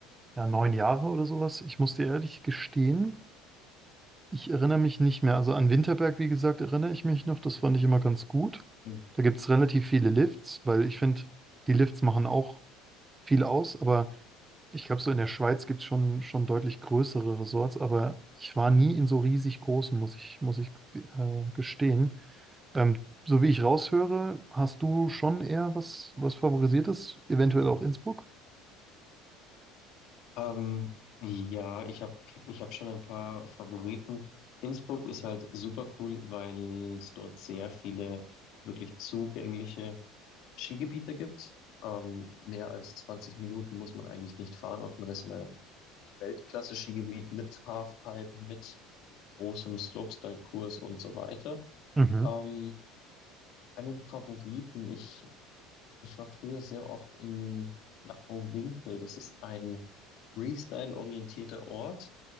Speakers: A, on the right; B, on the left.
A: Ja, neun Jahre oder sowas. Ich muss dir ehrlich gestehen, Ich erinnere mich nicht mehr. Also an Winterberg, wie gesagt, erinnere ich mich noch. Das fand ich immer ganz gut.
B: Mhm.
A: Da gibt es relativ viele Lifts, weil ich finde, die Lifts machen auch viel aus. Aber ich glaube, so in der Schweiz gibt es schon, schon deutlich größere Resorts. Aber ich war nie in so riesig großen, muss ich, muss ich äh, gestehen. Ähm, so wie ich raushöre, hast du schon eher was, was Favorisiertes, eventuell auch Innsbruck?
B: Ähm, ja, ich habe ich hab schon ein paar Favoriten. Innsbruck ist halt super cool, weil es dort sehr viele wirklich zugängliche Skigebiete gibt. Ähm, mehr als 20 Minuten muss man eigentlich nicht fahren und man ist in einem wirklich Weltklasse-Skigebiet mit Halfpipe, mit großem Slopestyle-Kurs und so weiter.
A: Mhm.
B: Ähm, einen Favoriten, ich, ich war früher sehr oft in Flachau-Winkel. Das ist ein Freestyle-orientierter Ort.